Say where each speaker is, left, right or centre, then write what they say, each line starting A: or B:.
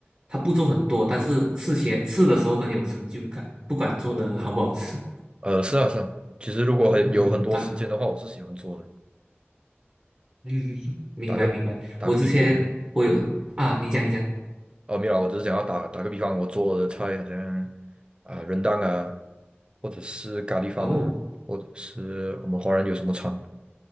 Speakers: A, on the right; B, on the right.
A: 它步骤很多，但是吃起来吃的时候很有成就感，不管做的好不好吃，
B: 呃，是啊是啊，其实如果很有很多时间的话，
A: 嗯，但
B: 我是喜欢做的。
A: 嗯嗯嗯明白明白，
B: 打个打个比，
A: 我之前我有啊，
B: 嗯哼，
A: 你讲你讲，
B: 哦没有啊我只是想要打打个比方，我做的菜好像啊、呃、r 啊。或者是咖喱饭啊，
A: 哦，
B: 或者是我们华人有什么餐，